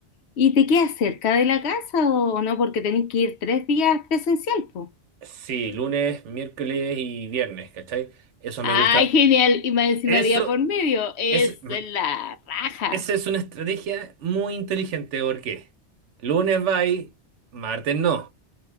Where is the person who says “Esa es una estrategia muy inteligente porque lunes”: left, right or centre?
Right